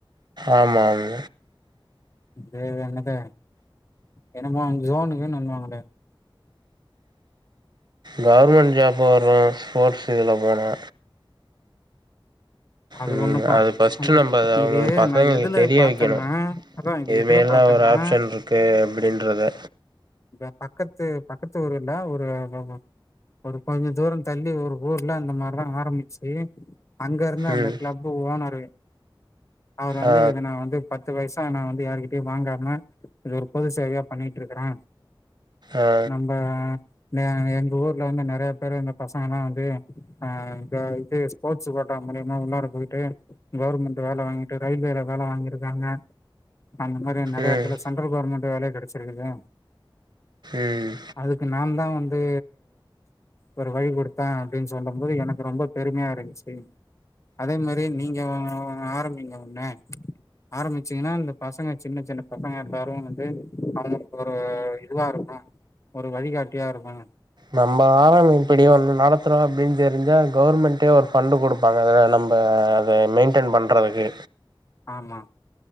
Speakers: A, on the right (about 60°); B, on the left (about 35°).
A: ஆமா உ
B: பேரு என்னது என்னமோ ஜோனுகீனுன்னுவாங்களே
A: கவர்மெண்ட் ஜாப் வரு ஸ்போர்ட்ஸ் இதுல போனா
B: அது
A: ம்
B: ஒண்ணுப்பா
A: அது ஃபர்ஸ்ட்டு
B: அந்த
A: நம்ம அவுங்களுக்கு
B: இது
A: பசங்களுக்கு
B: நா எதுல
A: தெரிய
B: பாத்தேன்னா
A: வெக்கணு
B: அதா இது
A: இதெல்லா
B: எதுல பாத்தேன்னா
A: ஒரு ஆப்ஷன் இருக்கு அப்படின்றத
B: இப்ப பக்கத்து பக்கத்து ஊர்ல ஒரு ஒரு ஒரு கொஞ்ச தூர தள்ளி ஒரு ஊர்ல அந்த மாரிதா ஆரமி சே அங்க இருந்து அந்த
A: ம்
B: கிளப் ஓனர் அவர் வந்து
A: ஆ
B: இத நா வந்து பத் து பைசா நா வந்து யாருகிட்டயு வாங்காம இது ஒரு பொது சேவையா பண்ணிட்ருக்கறே
A: ஆ
B: நம்ம எ எங்க ஊர்ல வந்து நெறைய பேர் இந்த பசங்கல்லா வந்து ஆ இங்க இது ஸ்போர்ட்ஸ் கோட்டா மூலியமா உள்ளாார போய்ட்டு கவர்மெண்ட் வேல வாங்கிட்டு ரயில்வேல வேல வாங்கிருக்காங்க அந்த மாரி நெறையா
A: ம்
B: எடத்துல சென்ட்ரல் கவர்மெண்ட் வேலயே கெடச்சிருக்குது
A: ம்
B: அதுக்கு நாந்தா வந்து ஒரு வழி குடுத்த அப்டின் சொல்லம் போது எனக்கு ரொம்ப பெருமையா இருந்ச்சு அதே மாரி நீங்க ஆ ஆரம்பிங்க ஒண்ணு ஆரம்பிச்சிங்னா இந்த பசங்க சின்ன சின்ன பசங்க எல்லாரு வந்து அவங்களுக்கு ஒரு இதுவா இருக்கு ஒரு வழிகாட்டியா இருக்கு
A: நம்ம ஆரம் இப்படி ஒண்ணு நடத்துறோன் அப்படின் தெரிஞ்சா கவர்மெண்ட்டே ஒரு ஃபண்டு குடுப்பாங்கங்க நம்ப அத மெய்ன்ட்டென் பண்றதுக்கு
B: ஆமா